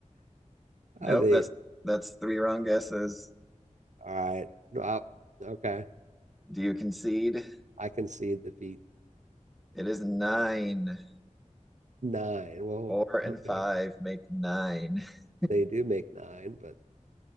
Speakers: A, in the centre; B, on the right (about 65°).
A: Nope,
B: I mean,
A: that's that's three wrong guesses.
B: all right. No, I- okay.
A: Do you concede?
B: I concede defeat.
A: It is nine.
B: Nine. Well,
A: Four and
B: okay.
A: five make nine. <laughs>
B: They do make nine, but